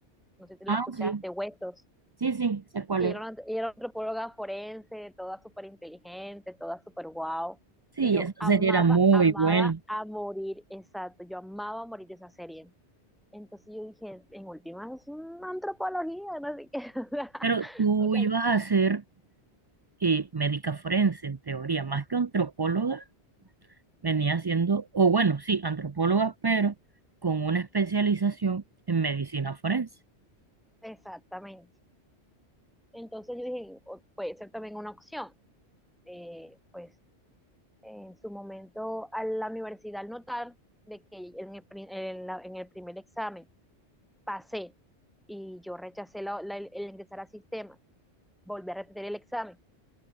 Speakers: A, in the centre; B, on the right.
A: no sé si la
B: Ah,
A: escuchaste,
B: sí,
A: Huesos.
B: sí, sí, sé cuál
A: que ella
B: es.
A: era, una, ella era antropóloga forense, toda súper inteligente, toda súper wow.
B: Sí,
A: Y yo
B: eso
A: amaba,
B: sería era muy
A: amaba
B: bueno.
A: a morir, exacto, yo amaba a morir esa serie. Entonces yo dije, en últimas es una antropología, no sé qué. <laughs>
B: Pero tú
A: O sea,
B: ibas a ser eh, médica forense, en teoría, más que antropóloga, venía siendo, o bueno, sí, antropóloga, pero con una especialización en medicina forense.
A: exactamente. Entonces yo dije, o- puede ser también una opción. Eh, pues en su momento a la universidad al notar de que en el, pri- en la- en el primer examen pasé y yo rechacé la- la- el el ingresar al sistema, volví a repetir el examen